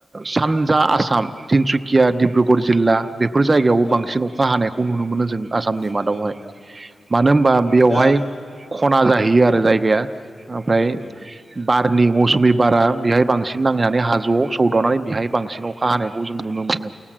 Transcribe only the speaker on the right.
सानजा आसाम तिनसुकिया डिब्रुगर जिल्ला बेफोर जायगायावबो
बांसिन अखा हानायखौ नुनो मोनो जों आसामनि
मादावहाय।
मानो होनबा बेयावहाय
खना जाहैयो आरो जायगाया ओमफ्राय
बारनि मौसुमि बारा बेहाय बांसिन नांनानै हाजोआव सौदावनानै बेहाय बांसिन अखा हानायखौ जों नुनो मोनो।